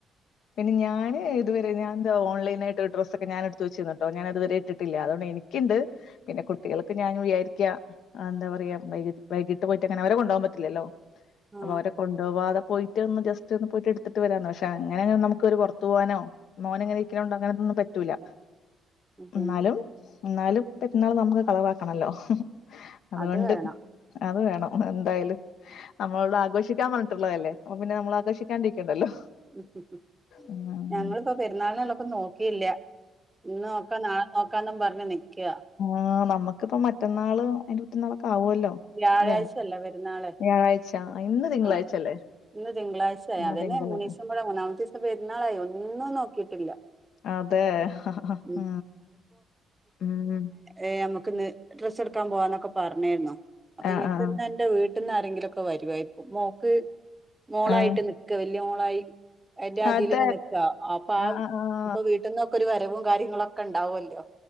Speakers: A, on the left; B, on the right.
A: പിന്നെ ഞാന് ഇതുവരെ ഞാ എന്ത ഓൺലൈനായിട്ട് ഡ്രസൊക്കെ ഞാൻ എടുത്ത് വെച്ചിരുന്നുട്ടോ ഞാനതുവരെ ഇട്ടിട്ടില്ല അതുകൊണ്ട് എനിക്കണ്ട് പിന്നെ കുട്ടികൾക്ക് ഞാൻ വിചാരിക്ക എന്താ പറയാ വൈ വൈകിട്ട് പോയിട്ട് അങ്ങനെ അവരെ കൊണ്ടു പോകാൻ പറ്റില്ലല്ലോ
B: ആ
A: അപ്പൊ അവരെ കൊണ്ടുപോവാതെ പോയി ട്ട് ഒന്ന് ജസ്റ്റ് ഒന്ന് പോയിട്ട് എടുത്തിട്ട് വരാന്ന് പക്ഷെ അങ്ങനെങ്ങനെ നമുക്ക് ഒന്ന് പുറത്ത് പോകാനോ മോനിങ്ങനെ ഇരിക്കണണ്ടോ അങ്ങനന്നൊന്നും പറ്റൂല
B: അതന്നെ
A: എന്നാലും എന്നാലും പെരുന്നാളു നമുക്ക് കളറാക്കണല്ലോ അതുകൊണ്ട്
B: അത് വേണം
A: അത് വേണം അതു എന്തായാലും നമ്മളോട് ആഘോഷിക്കാൻ പറഞ്ഞിട്ടുള്ളതല്ലേ അപ്പൊ പിന്നെ നമ്മൾ ആഘോഷിക്കാണ്ടിരിക്കണ്ടല്ലോ
B: ഉ
A: ഉം
B: ഞങ്ങളിപ്പോ പെരുന്നാളിനുള്ളത് നോക്കിയില്ല ഇന്ന് നോക്ക നാളേ ക്കാന്നും പറഞ്ഞ നിക്കുവാ
A: ആ് നമുക്കിപ്പ മറ്റന്നാള് അതിന്റെ മറ്റന്നാളൊക്കെ ആവുമല്ലോ
B: വ്യാഴാഴ്ചയല്ലേ
A: വ
B: പെരുന്നാള്
A: വ്യാഴാഴ്ച ഇന്ന് തിങ്കളാഴ്ചല്ലേ
B: ആ ഇന്ന് തിങ്കളാഴ്ച ആയി
A: ഇന്ന്
B: അതന്നെ
A: തിങ്കള്
B: മൂന്ന് ദിവസ മൂന്നാമത്തെ ദിവസം പെരുന്നളായിഒന്നും നോക്കിയിട്ടില്ല
A: അതെ
B: ഉം
A: ഉ ഉം
B: ഏ നമക്ക് ഡ്രസ്സ് എടുക്കാൻ പോവാന്നൊക്കെ പറഞ്ഞായിരുന്നു അപ്പൊ
A: ആഹ്
B: ഇനിയിപ്പന്ന്
A: ആഹ്
B: എന്റെ വീട്ടിൽ നിന്ന് ആാരങ്കിലുംക്കെ വരുവായിരിക്കും മോക്ക് മോളായിട്ട്
A: ആഹ്
B: നിക്ക വലിയ മോളായി എന്റെ അതിൽങ്ങനെ
A: അത്
B: നിക്ക അപ്പൊ ആ
A: ആഹ് ആഹ്
B: ഇപ്പൊ വീട്ടിൽന്നൊക്കെ ഒരു വരവും കാര്യങ്ങളുംക്കെ ഉണ്ടാവുമല്ലോ